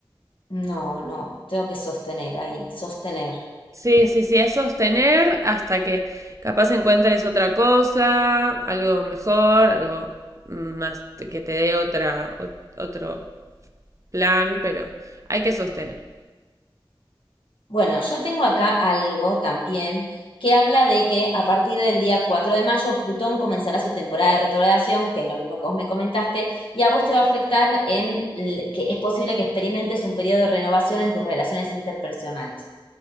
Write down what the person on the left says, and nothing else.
No, no, tengo que sostener ahí, sostener.
Bueno, yo tengo acá algo también que habla de que a partir del día 4 de mayo Plutón comenzará su temporada de retrogradación, que es lo mismo que vos me comentaste, y a vos te va a afectar en l- que es posible que experimentes un periodo de renovación en tus relaciones interpersonales.